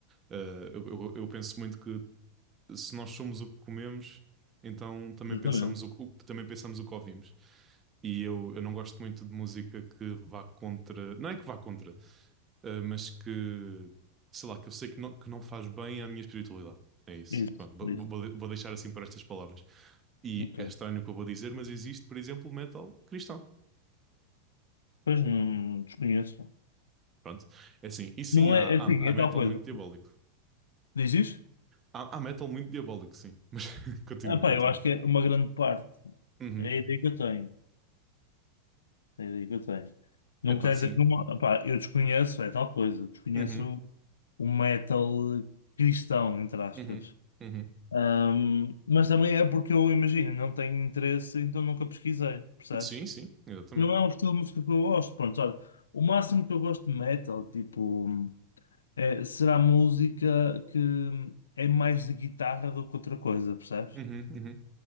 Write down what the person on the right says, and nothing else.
Ah, eu, eu- eu penso muito que se nós somos o que comemos, então também
pensamos o, que- o- também pensamos o que ouvimos. E eu, eu não gosto muito de música que vá contra. Não é que vá contra. ah, mas que, sei lá, que eu sei que não, que não faz bem à minha espiritualidade. É isso.
Pronto, vou,
vou- vou deixar assim para estas palavras. E
é estranho o que eu vou dizer, mas existe, por exemplo, metal cristão.
Pronto. É assim. E sim,
há,
há,
há metal
muito diabólico.
Há, há metal muito diabólico, sim. <laughs> Continua,
continua.
Uhum.
Epá,
sim.
Uhum,
uhum, uhum.
Sim, sim, exatamente.
Uhum, uhum.